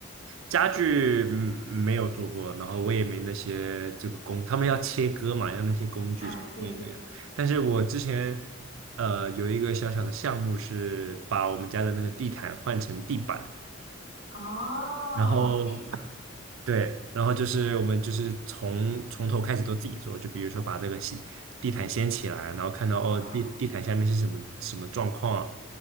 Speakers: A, on the right; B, on the left.
A: 家具嗯没有做过，然后我也没那些这个工，他们要切割嘛，要那些工具，
B: 啊，对，
A: 我也没有。但是我之前呃有一个小小的项目是把我们家的那个地毯换成地板，
B: 哦，
A: 然后
B: 地毯，
A: 对，然后就是我们就是从从头开始都自己做，就比如说把这个地地毯掀起来，然后看到哦地地毯下面是什么什么状况，
B: 哦